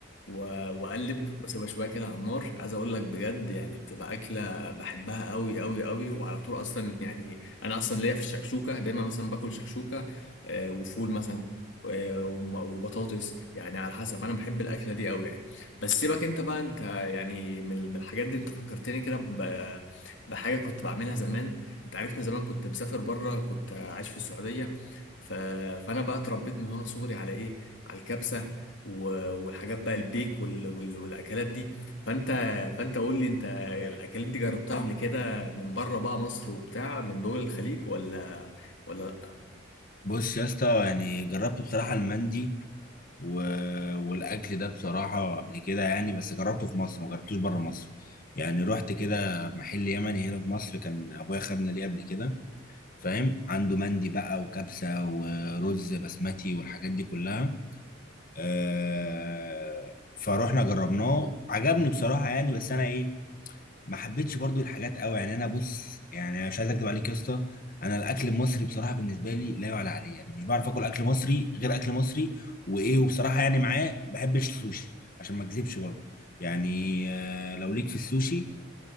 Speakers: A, on the left; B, on the left.
A: و- واقلب واسيبها شويه كده على النار عايز اقول لك بجد يعني بتبقى اكله ب- بحبها قوي قوي قوي وعلى طول اصلا يعني انا اصلا ليا في الشكشوكه دايما مثلا باكل شكشوكه آه، وفول مثلا آه، وم- وبطاطس يعني على حسب انا بحب الاكله دي قوي يعني بس سيبك انت بقى انت يعني من من الحاجات دي انت فكرتني كده ب- بحاجه كنت بعملها زمان انت عارفني زمان كنت مسافر بره كنت عايش في السعوديه ف... فانا بقى اتربيت من وانا صغري على ايه على الكبسه و- والحاجات بقى البيك وال... وال... والاكلات دي فانت فانت قول لي انت الاكلات دي جربتها قبل كده من بره بقى مصر وبتاع من دول الخليج ولا ولا لا
B: بص يا اسطى يعني جربت بصراحه المندي و... والاكل ده بصراحه قبل كده يعني بس جربته في مصر ما جربتوش بره مصر يعني رحت كده محل يمني هنا في مصر كان ابويا خدنا ليه قبل كده فاهم عنده مندي بقى وكبسه ورز بسمتي والحاجات دي كلها آه... فروحنا جربناه عجبني بصراحه يعني بس انا ايه ما حبيتش برضو الحاجات قوي يعني انا بص يعني مش عايز اكدب عليك يا اسطى انا الاكل المصري بصراحه بالنسبه لي لا يعلى عليه يعني مش بعرف اكل اكل مصري غير اكل مصري وايه وبصراحه يعني معاه بحبش السوشي عشان ما اكذبش برضو يعني آه، لو ليك في السوشي